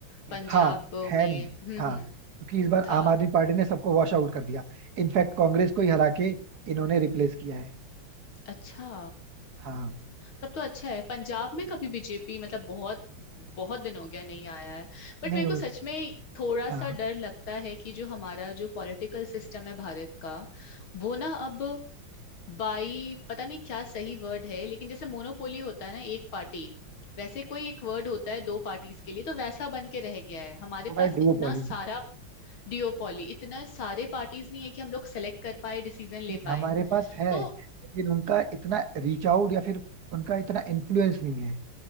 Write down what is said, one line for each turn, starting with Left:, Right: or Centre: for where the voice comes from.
Left: पंजाब
Right: हाँ
Left: में
Right: है नहीं
Left: हम्म
Right: हाँ
Left: हम्म
Right: क्योंकि इस बार
Left: था
Right: आम आदमी पार्टी ने सबको वॉश आउट कर दिया इनफैक्ट कांग्रेस को ही हरा के इन्होंने रिप्लेस किया है
Left: अच्छा
Right: हाँ
Left: तब तो अच्छा है पंजाब में कभी बीजेपी मतलब बहुत बहुत दिन हो गया नहीं आया है बट
Right: नहीं
Left: मेरे
Right: उस
Left: को सच में थोड़ा
Right: हाँ
Left: सा डर लगता है कि जो हमारा जो पॉलिटिकल सिस्टम है भारत का वो ना अब बाई पता नहीं क्या सही वर्ड है लेकिन जैसे मोनोपोली होता है ना एक पार्टी वैसे कोई एक वर्ड होता है दो पार्टीज के लिए तो वैसा बन के रह गया है हमारे
Right: वो
Left: पास
Right: है डुओपोली
Left: इतना सारा डियोपॉली इतना सारे पार्टीज नहीं है कि हम लोग सेलेक्ट कर पाए डिसीजन ले
Right: नहीं,
Left: पाए
Right: हमारे पास है
Left: तो
Right: लेकिन उनका इतना रीच आउट या फिर उनका इतना इन्फ्लुएंस नहीं है